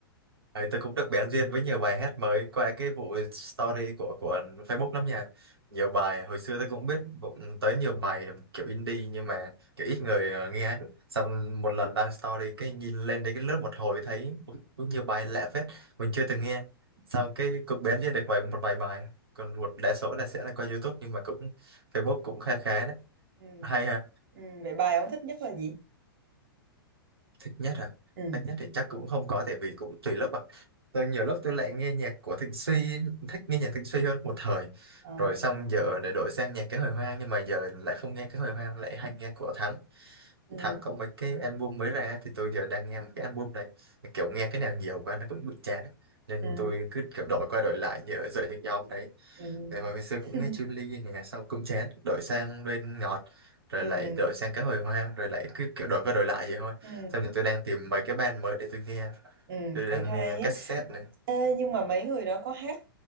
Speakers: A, on the right; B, on the right.
A: Ấy, tôi cũng được bén duyên với nhiều bài hát mới qua cái vụ story của của Facebook lắm nha. Nhiều bài hồi xưa tôi cũng biết cũng tới nhiều bài kiểu indie nhưng mà kiểu ít người ờ, nghe ấy. Xong một lần đăng story cái nhìn lên đấy cái lướt một hồi thấy ui, ui, nhiều bài lạ phết mình chưa từng nghe. Xong cái cũng bén duyên được vài một vài bài còn một đa số là sẽ là qua YouTube nhưng mà cũng Facebook cũng khá khá đấy.
B: ừ.
A: Hay ha.
B: Ừ. Vậy bài ông thích nhất là gì
A: thích nhất à
B: ừ.
A: thích nhất thì chắc cũng không có tại vì cũng tùy lớp à tôi nhiều lúc tôi lại nghe nhạc của Thịnh Suy thích nghe nhạc Thịnh Suy hơn một thời
B: Ờ.
A: rồi xong giờ lại đổi sang nhạc cái hồi hoang nhưng mà giờ lại không nghe cái hồi hoang lại hay nghe của Thắng
B: ừ.
A: Thắng có mấy cái album mới ra thì tôi giờ đang nghe một cái album đấy kiểu nghe cái nào nhiều quá nó cũng bị chán ấy. nên
B: ừ.
A: tôi cứ kiểu đổi qua đổi lại như ở giữa những nhóm đấy
B: ừ.
A: rồi hồi xưa
B: <laughs>
A: cũng nghe Chun-Li nè xong cũng chán đổi sang bên ngọt rồi
B: ừ.
A: lại đổi sang cái hồi hoang rồi lại cứ kiểu đổi qua đổi lại vậy thôi
B: ừ.
A: Xong rồi tôi đang tìm mấy cái band mới để tôi nghe.
B: ừ.
A: Tôi
B: Cũng
A: đang
B: hay
A: nghe cassette
B: á
A: này.
B: Ê, nhưng
A: Ừ.
B: mà mấy người đó có hát